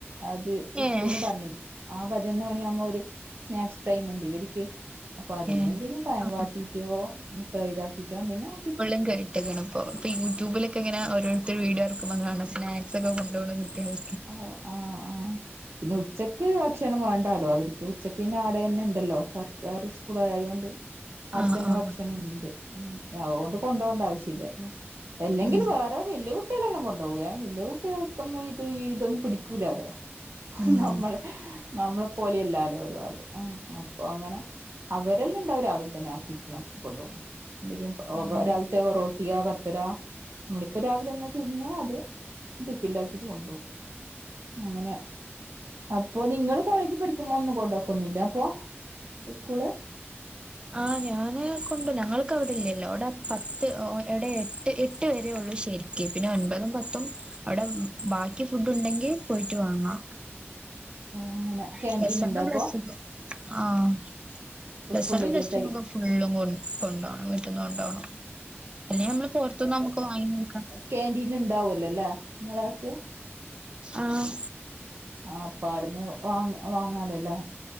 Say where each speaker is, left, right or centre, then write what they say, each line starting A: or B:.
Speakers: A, on the right (about 65°); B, on the right (about 20°).
A: അത് ഉസ്കൂൾന്ന്
B: ഏഹ്
A: പറഞ്ഞി <unintelligible> ആഹ് പതിനൊന്ന് മണിയാകുമ്പോ അവര് സ്നാക്സ് ടൈം ഉണ്ട് വക്ക് അപ്പൊ അതിനന്
B: ഏഹ്
A: എന്തെങ്കിലും പാം
B: ആ
A: വാട്ടിറ്റ മുട്ടൈത <unintelligible>
B: <unintelligible> ഇപ്പോ ഇപ്പൊ യൂട്യൂബിലക്കെങ്ങനെ ഓരോരുത്തിര് വിഡിയോ ആരക്കുമ്പോ കാണ് സ്നാക്സ് ഒക്കെ കൊണ്ട പോക കുട്ടികൾ
A: ആഹ് ആഹ് ആഹ് പിന്നെ ഉച്ച ക്ക് ഭക്ഷണം വേണ്ടാലോ അവർക്ക് ഉച്ചക്ക്ന്ന ആടെ തന്നെ ഉണ്ടല്ലോ സർക്കാർ സ്കൂള ആയതുകൊണ്ട് അടുത്തന്നെ
B: ആ ആ
A: ഭക്ഷണുണ്ട് ഉം അതുകൊണ്ട് കൊണ്ടോണ്ട ആവശ്യില്ല അല്ലെങ്കിൽ
B: ഉം
A: വേറെ വല്യ കുട്ടികളെല്ലാം കൊണ്ട് പോവയേ വല്യ കുട്ടികൾക്ക് ഇതൊന്നും പിടിക്കൂലാലോ
B: ഉം
A: നമ്മള് നമ്മളെ പോലെയല്ലാലോ ഒരാള് അപ്പൊ അങ്ങനെ അവരെല്ലാംണ്ടാവും രാവിലെ തന്നെ ആഹ് കിറ്റളം കൊണ്ടു പോന്നു എന്തക്കും
B: ഉം.
A: രാവിലത്തെ റോട്ടിയാ കത്തര നമ്മളിപ്പ രാവിലെ എന്നാ ചൂടന്ന അത് ടിഫൻില ആക്കിട്ട് കൊണ്ട അങ്ങനെ അപ്പൊ നിങ്ങള് കോളേജിൽ പഠിക്കുമ്പോ ഒന്നും കൊണ്ടക്കൊന്നുമില്ല അപ്പൊ സ്കൂള്
B: ആഹ് ഞാന് കൊണ്ട ഞങ്ങൾക്ക് അവിടെ ഇല്ലല്ലോ അവിടെ പത്ത് എവിടെ എട്ട് എട്ട് വര ഉള്ളൂ ശരിക്കും പിന്നെ ഒൻപതും പത്തും അവിടെ ബാക്കി ഫുഡ് ഉണ്ടെങ്കിൽ പോയിട്ട് വാങ്ങാം
A: <unintelligible> അങ്ങനെ ക്യാന്റീൻ
B: പ്ലസ്ണ്ണം
A: ഇണ്ടോ അപ്പൊ
B: പ്ലസ് ആഹ് പ്ലസ്ണ്ണം
A: സ്കൂളിന്റെ അരിയത്തെ
B: പ്ലസ്ക്ക ഫുള്ളും കൊ കൊണ്ടോകണം വീട്ടന്ന് കൊണ്ടോകണം പിന്ന നമ്മള് പുറത്തുന്ന് നമ്മുക്ക് വാങ്ങി നോക്കാം
A: കാന്റീൻ ഉണ്ടാവല്ലോ അല്ലേ നിങ്ങളക്ക്
B: ആഹ്
A: ആഹ് അപ്പ അടുന്ന് വാങ്ങ വാങ്ങാലല്ലേ